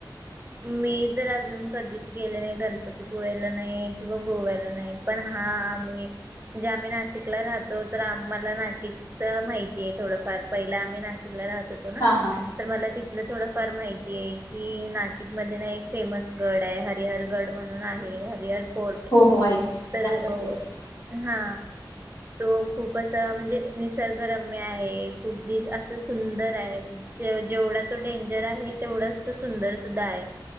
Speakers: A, on the right; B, on the left.
A: मी तर अजून कधीच गेले नाही गणपतीपुळ्याला नाही किंवा गोव्याला नाही पण! हा आम्ही म्हणजे आम्ही नाशिकला राहतो तर आमम्हाला नाशिकच माहिती आहे थोडफार पहिला आम्ही नाशिकला राहतो. ना
B: हा हा
A: तर मला त आपलं थोडं फार माहिती आहे की ना शिक मध्ये ना एक फेमस गड आहे हरिहर गड म्हणून आहे. हरिहर! फोर्ट
B: हो हो ऐक
A: तर
B: त्याबद्दल
A: हा तो खूप असं म्हणजे निसर्गरम्य आहे खूप दि असं सुंदर आहे जेवढा तो डेंजर आहे! तेवढाच तो सुंदर सुद्धा आहे